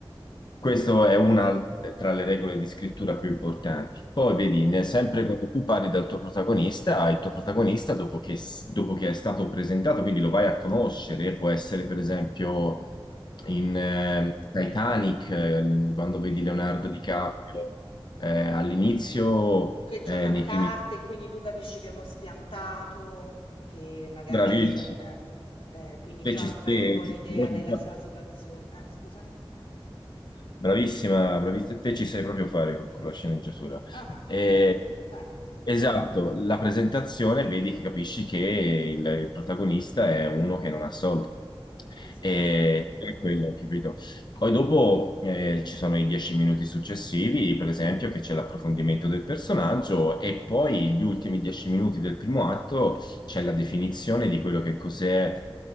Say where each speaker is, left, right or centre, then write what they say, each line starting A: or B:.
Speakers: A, on the left (about 50°); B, on the left (about 90°).
A: questa è una tra le regole di scrittura più importanti. Poi vedi,
B: Mm.
A: ne- sempre quando tu parli dal tuo protagonista, il tuo protagonista, dopo che, s- dopo che è stato presentato, quindi lo vai a conoscere, può essere per esempio in eh, Titanic, eh, quando vedi Leonardo
B: Mm.
A: DiCaprio, eh, all'inizio,
B: che gioca
A: eh,
B: a
A: nei
B: carte
A: primi...
B: e quindi tu capisci che è uno spiantato, che magari
A: Bravissimo.
B: è, eh, eh, quindi
A: Te
B: già
A: ci stai-
B: ti fai un po' l'idea
A: ci stai proprio
B: della
A: qua.
B: sua situazione. Ah, scusami.
A: Bravissima, bravissima, te ci sai proprio fare con con la sceneggiatura.
B: Ah,
A: Eh,
B: <laughs> grazie.
A: esatto, la presentazione vedi che capisci che il, il protagonista è uno che non ha soldi.
B: Esatto.
A: E è quello, capito? Poi dopo eh, ci sono i dieci minuti successivi, per esempio, che c'è l'approfondimento del personaggio e poi gli ultimi dieci minuti del primo atto c'è la definizione di quello che cos'è